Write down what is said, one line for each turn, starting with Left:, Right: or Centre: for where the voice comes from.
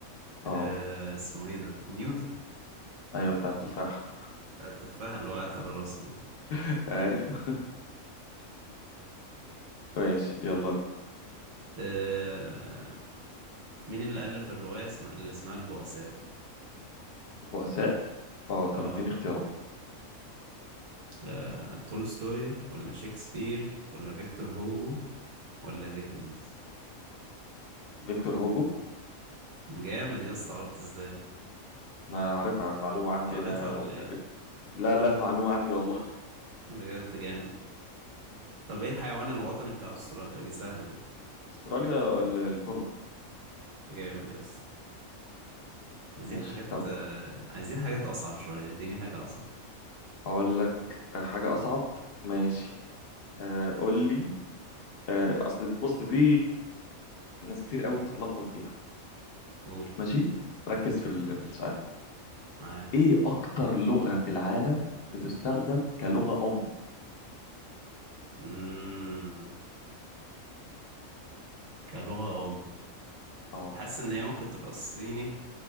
Left: اه
Right: آه اسمه ايه ده نيوتن
Left: ايوه بتاع التفاح
Right: بتاع التفاحة اللي وقعت على راسه دي
Left: <laughs> ايوه ماشي يلا انت
Right: آه مين اللي ألف الرواية اسم- اللي اسمها البؤساء
Left: البؤساء اه طب
Right: اه
Left: اديني اختيارات
Right: آه، تولستوي ولا شكسبير ولا فيكتور هوجو ولا ديكنز
Left: فيكتور هوجو
Right: جامد يا اسطى عرفت ازاي
Left: انا عارف عن المعلومة عندي
Right: قريتها
Left: انا
Right: ولا
Left: أو تقريبا.
Right: ايه
Left: لا لا معلومة عندي والله
Right: بجد جامد طب ايه الحيوان الوطني بتاع استراليا دي سهلة دي
Left: <laughs> استراليا ال- الكونغو
Right: جامد يا اسطى عايزين
Left: ماشي
Right: حاجات
Left: طب
Right: آه، عايزين حاجات أصعب شوية اديني حاجة أصعب
Left: اقول لك حاجة اصعب ماشي آه، قول لي آه، اصل بص دي ناس كتير قوي بتتلخبط فيها
Right: قول
Left: ماشي ركز في ال-
Right: ماشي
Left: في السؤال
Right: معاك
Left: ايه اكتر لغة في العالم بتستخدم كلغة ام
Right: مم. كلغة أم
Left: اه
Right: حاسس إن هي ممكن تبقى الصيني